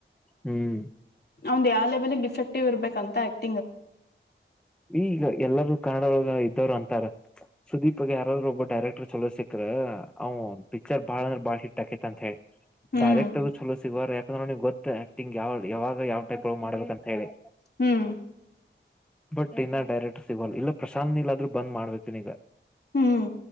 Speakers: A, in the centre; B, on the left (about 55°).
A: ಹ್ಮ್
B: ಒಂದ್ ಯಾವ ಲೆಬಲಿ ಡಿಫೆಕ್ಟಿವ್ ಇರ್ಬೇಕ ಅಂತ ಆಗ್ತತಿ
A: ಈಗ ಎಲ್ಲರೂ ಕನ್ನಡವಾಗ ಇದ್ದವರು ಅಂತಾರ ಸುದೀಪ್ಗ ಯಾರಾದ್ರರು ಒಬ್ಬ ಡೈರೆಕ್ಟರ್ ಚಲೋ ಸಿಕ್ಕ್ರ ಅವ್ ಪಿಕ್ಚರ್ ಬಾಳ ಅಂದ್ರ ಬಾಳ ಹಿಟ್ ಹಾಕೈತಿ ಅಂತ ಹೇಳಿ
B: ಹ್ಮ್
A: ಡೈರೆಕ್ರ್ ಚಲೋ ಸಿಗುವ ಯ ಗ್ ಗೊ ಆಕ್ಟಿಂಗ್ ಯಾವ ಯಾವಾಗ ಯಾವ್ ಟೈಪ್ ಮಾಡ್ಬೇಕಕ್ ಅಂತ ಹೇಳಿ
B: ಹ್ಮ್
A: ಬಟ್ ಇನ್ನ ಡೈರೆಕ್ಟ್ ಸಿಗವಲ್ ಇಲ್ಲ ಪ್ರಶಾಂತ್ ನೀಲ್ದ್ರೂ ಬಂದ್ ಮಾಡ್ಬೇಕತನ ಈಗ
B: ಹ್ಮ್